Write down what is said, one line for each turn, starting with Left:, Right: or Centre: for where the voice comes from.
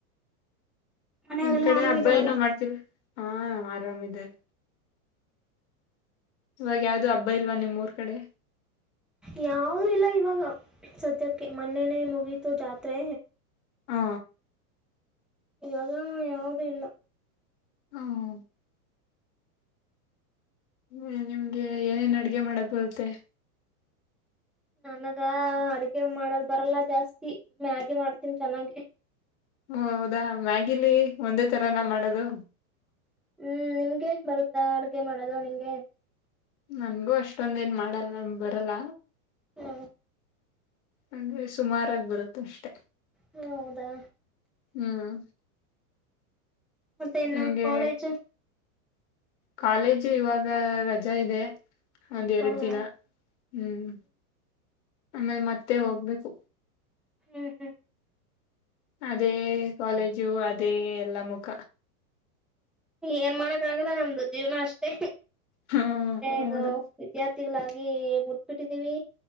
Centre: ಮನೆಯವರೆಲ್ಲಾ
Left: ನಿಮ್ ಕಡೆ
Centre: ಆರಾಮಿದಾರಲ್ಲ
Left: ಹಬ್ಬಾ ಏನೋ ಮಾಡ್ತಿೀರಿ. ಹಾ ಆರಾಮಿದಾರೆ. ಇವಾಗ ಯಾವ್ದು ಹಬ್ಬ ಇಲ್ವಾ ನಿಮ್ಮೂರ್ ಕಡೆ.
Centre: ಯಾದೂ ಇಲ್ಲ ಇವಾಗ ಸದ್ಯಕ್ಕೆ ಮೊನ್ನೆನೆೇ ಮುಗೀತು ಜಾತ್ರೆ.
Left: ಹಾ
Centre: ಇವಾಗ ಯಾಾವದ ಇಲ್ಲ.
Left: ಹ್ಮ್ ಹ್ಮ್ ನಿಮ್ಗೆ ಏನೇನ್ ಅಡ್ಗೆ ಮಾಡಕ್ ಬರುತ್ತೆ.
Centre: ನನಗ ಅಡ್ಗೆ ಮಾಡದ ಬರಲ್ಲ ಜಾಸ್ತಿ ಮ್ಯಾಗಿ ಮಾಡ್ತೀನಿ ಚೆನ್ನಾಗಿ.
Left: ಹ ಹೌದಾ ಮ್ಯಾಗಿಲಿ ಒಂದೇ ತರಾನ ಮಾಡದು.
Centre: ಹ್ಮ್ ನಿಮಗೆ ಬರುತ್ತಾ ಅಡ್ಗೆ ಮಾಡದು ನಿಂಗೆ.
Left: ನನ್ಗೂ ಅಷ್ಟೊಂದ ಏನ್ ಮಾಡಲ್ಲ ಬರಲ್ಲ.
Centre: ಹ್ಮ
Left: ಅಂದ್ರೆ ಸುಮಾರಾಗಿ ಬರುತ್ತ ಅಷ್ಟೆ.
Centre: ಹೊ ಹೌದಾ.
Left: ಹ್ಮ್
Centre: ಮತ್ತೆ ಇನ್ನ
Left: ನಿಮ್ಗೆ
Centre: ಕಾಲೇಜ್.
Left: ಕಾಲೇಜು ಇವಾಗ ರಜಾ ಇದೆ ಒಂದ್ ಎರಡು
Centre: ಹೌದಾ
Left: ದಿನ ಹ್ಮ್ ಆಮೇಲೆ ಮತ್ತೆ ಹೋಗ್ಬೇಕು.
Centre: ಹ್ಮ್ ಹ್ಮ್
Left: ಅದೇ ಕಾಲೇಜು ಅದೇ ಎಲ್ಲಾ ಮುಖ.
Centre: ಏನ್ ಮಾಡಕ್ ಆಗಲ್ಲ ನಮ್ದು ಜೀವ್ನ ಅಷ್ಟೇ.
Left: ಹಾ ಹೌದು
Centre: ಇದು ವಿದ್ಯಾರ್ಥಿ. ಗಳಾಗಿ ಮುಟ್ಬಿಟ್ಟಿದ್ದೀವಿ.